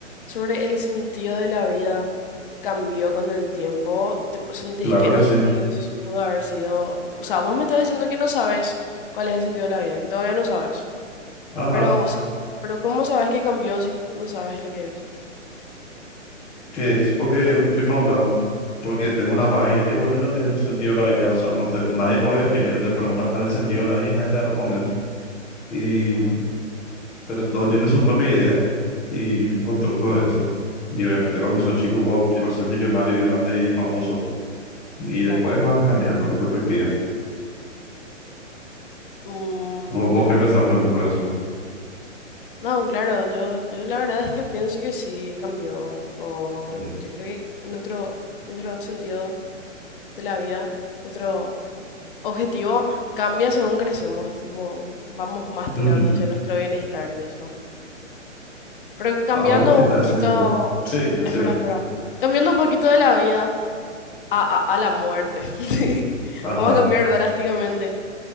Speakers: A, on the left; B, in the centre.
A: sobre el sentido de la vida cambió con el tiempo? Tipo, ¿sentís
B: Claro
A: que
B: que
A: antes
B: sí.
A: pudo haber sido, o sea, vos me estás diciendo que no sabes cuál es el sentido de la vida, que todavía no sabes,
B: Ajá.
A: pero, o sea, pero ¿cómo sabes que cambió si no sabes lo que es?
B: que es porque estoy madurando, porque tengo una vaga idea igual de lo que es el sentido de la vida, o sea, no te- nadie puede definirte, preguntas cuál es el sentido de la vida y nadie te va a responder, y,
A: Mm,
B: pero todo tiene su propia idea y un constructo de eso. Y obviamente cuando soy chico, wow, quiero ser millonario y grande y famoso, y
A: claro,
B: después
A: claro.
B: vas cambiando tu perspectiva.
A: Mm,
B: ¿Vos, vos
A: ya,
B: qué pensás, por ejemplo, de eso?
A: No, claro, yo, yo la verdad es que pienso que sí cambió. Tipo,
B: <laughs>
A: yo creo que nuestro, nuestro sentido de la vida, nuestro objetivo cambia según crecemos. Tipo, vamos más tirando
B: Ujú.
A: hacia nuestro bienestar y eso. Pero cambiando
B: ¿A vos qué
A: un
B: te
A: poquito,
B: hace? Sí, decime.
A: espera, espera, cambiando un poquito de la vida a, a- a la muerte. <laughs>
B: Ajá,
A: Vamos a cambiar drásticamente.